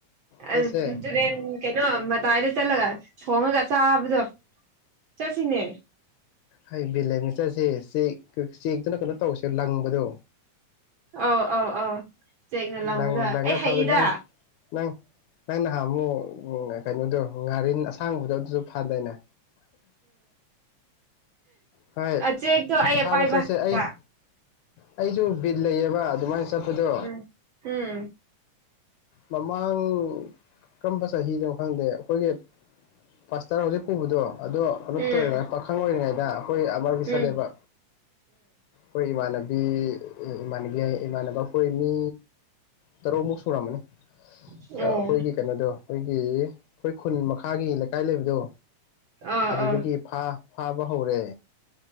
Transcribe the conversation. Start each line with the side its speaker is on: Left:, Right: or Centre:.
Right: ꯑꯥ
Left: ꯆꯠꯁꯦ
Right: ꯇꯨꯔꯦꯜ ꯀꯩꯅꯣ ꯃꯇꯥꯏꯗ ꯆꯠꯂꯒꯥ ꯊꯣꯡꯉꯒ ꯆꯥꯕꯗꯣ ꯆꯠꯁꯤꯅꯦ
Left: ꯑꯩ ꯕꯦꯂꯦꯛꯅ ꯆꯠꯁꯦ ꯆꯦꯛ ꯆꯦꯛꯇꯨꯅ ꯀꯩꯅꯣ ꯇꯧꯁꯦ ꯂꯪꯕꯗꯣ
Right: ꯑꯥꯎ ꯑꯧ ꯑꯧ ꯆꯦꯛꯅ
Left: ꯂꯪ
Right: ꯂꯥꯎꯉꯨꯗ
Left: ꯂꯪꯉ
Right: ꯑꯩ
Left: ꯐꯥꯕꯗꯣ
Right: ꯍꯩꯌꯦꯗ
Left: ꯅꯪ ꯅꯪ ꯅꯪ ꯅꯍꯥꯟ ꯑꯃꯨꯛ ꯀꯩꯅꯣꯗꯣ ꯉꯥꯔꯤ ꯑꯁꯥꯡꯕꯗꯣ ꯑꯗꯨꯁꯨ ꯐꯗꯥꯏꯅꯦ ꯍꯣꯏ
Right: ꯎꯝ ꯆꯦꯛꯇꯣ ꯑꯩ
Left: ꯐꯥꯕ
Right: ꯄꯥꯏꯕ
Left: ꯆꯠꯁꯦ
Right: ꯍꯩ
Left: ꯑꯩ ꯑꯩꯁꯨ ꯕꯤꯠ ꯂꯩꯌꯦꯕ ꯑꯗꯨꯃꯥꯏꯅ ꯆꯠꯄꯗꯣ
Right: ꯎꯝ ꯎꯝ
Left: ꯃꯃꯥꯡ ꯀꯔꯝꯕ ꯆꯍꯤꯗꯣ ꯈꯪꯗꯦ ꯑꯩꯈꯣꯏꯒꯤ ꯄꯥꯁꯇꯔ ꯍꯧꯖꯤꯛ ꯄꯨꯕꯗꯣ ꯑꯗꯣ ꯀꯩꯅꯣ
Right: ꯎꯝ
Left: ꯇꯣꯏꯔꯤꯉꯥꯏ ꯄꯥꯈꯪ ꯑꯣꯏꯔꯤꯉꯩꯗ ꯑꯩꯈꯣꯏ ꯑꯃꯔꯒꯤ
Right: ꯎꯝ
Left: ꯆꯠꯂꯦꯕ ꯑꯩ ꯏꯃꯥꯟ ꯏꯃꯥꯟꯅꯕꯤ ꯏꯃꯥꯟꯅꯕ ꯑꯩꯈꯣꯏ ꯃꯤ ꯇꯔꯨꯛꯃꯨꯛ ꯁꯨꯔꯝꯃꯅꯤ ꯑꯩꯈꯣꯏꯒꯤ
Right: ꯎꯝ
Left: ꯀꯩꯅꯣꯗꯣ ꯑꯩꯈꯣꯏꯒꯤ ꯑꯩꯈꯣꯏ ꯈꯨꯟ ꯃꯈꯥꯒꯤ ꯂꯩꯀꯥꯏ ꯂꯩꯕꯗꯣ
Right: ꯑꯣ
Left: ꯑꯗꯨꯗꯒꯤ
Right: ꯑꯥ
Left: ꯐꯥꯕ ꯐꯥꯕ ꯍꯧꯔꯦ